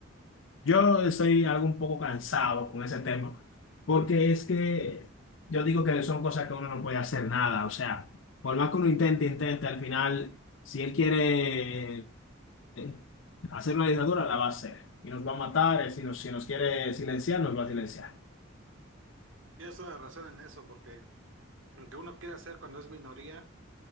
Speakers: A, on the left; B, on the right.
A: Yo estoy algo un poco cansado con ese tema, porque es que yo digo que son cosas que uno no puede hacer nada, o sea, por más que uno intente, intente, al final, si él quiere eh, hacer una dictadura, la va a hacer, y nos va a matar, eh, si nos, si nos quiere silenciar, nos va a silenciar.
B: tienes toda la razón en eso, porque aunque uno quiere hacer cuando es minoría,